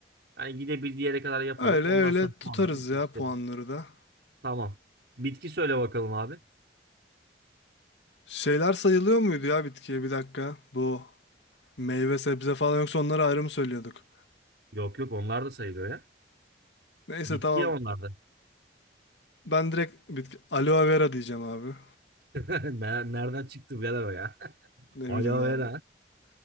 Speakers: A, on the right; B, on the left.
A: Yani gidebildiği yere kadar yapalım.
B: Öyle
A: Ondan
B: öyle
A: sonra
B: tutarız
A: puanları eşleştirelim.
B: ya puanları da.
A: Tamam. Bitki söyle bakalım abi.
B: Şeyler sayılıyor muydu ya bitkiye bir dakika. Bu meyve sebze falan yoksa onları ayrı mı söylüyorduk?
A: Yok yok onlar da sayılıyor ya.
B: Neyse
A: Bitki
B: tamam.
A: ya onlar da.
B: Ben direkt bitki aloe vera diyeceğim abi.
A: <laughs> Ne- Nereden çıktı birader o ya? <laughs>
B: Ne
A: Aloe
B: bileyim abi.
A: vera.